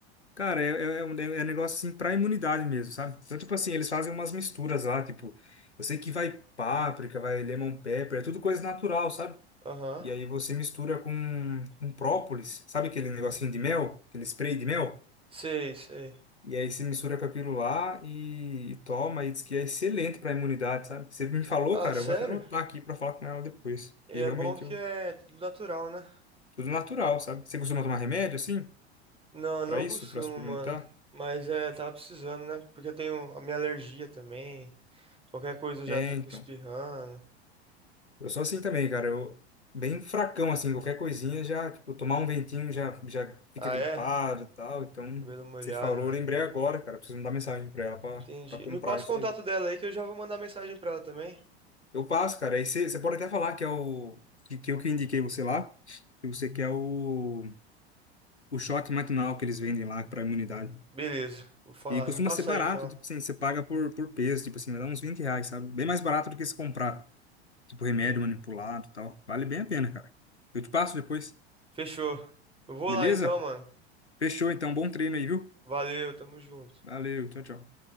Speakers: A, on the left; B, on the right.
A: Cara, é, é, é um é um negócio assim pra imunidade mesmo, sabe? Então, tipo assim, eles fazem umas misturas lá, tipo, eu sei que vai páprica, vai lemon pepper, é tudo coisa natural, sabe?
B: Aham.
A: E aí você mistura com, com própolis, sabe aquele negocinho de mel, aquele spray de mel?
B: Sei, sei.
A: E aí você mistura com aquilo lá e, e toma, e diz que é excelente pra imunidade, sabe? Você me falou,
B: Ah,
A: cara,
B: sério?
A: eu vou até anotar aqui pra falar com ela depois,
B: E
A: que realmente
B: é bom que
A: eu
B: é tudo natural, né?
A: Tudo natural, sabe? Você costuma tomar remédio assim?
B: Não, não
A: Pra isso?
B: consumo,
A: Pra suplementar?
B: mano. Mas é, tava precisando, né? Porque eu tenho a minha alergia também. Qualquer coisa eu
A: É,
B: já fico
A: então.
B: espirrando.
A: Eu sou assim também, cara. Eu bem fracão assim, qualquer coisinha já, tipo, tomar um ventinho já já fica
B: Ah,
A: gripado
B: é?
A: e tal. Então,
B: Cabelo molhado,
A: você falou,
B: né?
A: eu lembrei agora, cara. Preciso mandar mensagem pra ela pra,
B: Entendi.
A: pra comprar
B: Me passa
A: isso
B: o contato
A: aí.
B: dela aí que eu já vou mandar mensagem pra ela também.
A: Eu passo, cara. Aí você você pode até falar que é o que, que eu que indiquei você lá, que você quer o o shot matinal que eles vendem lá pra imunidade.
B: Beleza, vou falar.
A: E costuma
B: Me passa
A: ser barato,
B: aí então.
A: tipo assim, você paga por, por peso, tipo assim, vai dar uns 20 reais, sabe? Bem mais barato do que se comprar. Tipo, remédio manipulado e tal. Vale bem a pena, cara. Eu te passo depois,
B: Fechou. Eu vou
A: beleza?
B: lá então, mano.
A: Fechou, então. Bom treino aí, viu?
B: Valeu, tamo junto.
A: Valeu, tchau, tchau.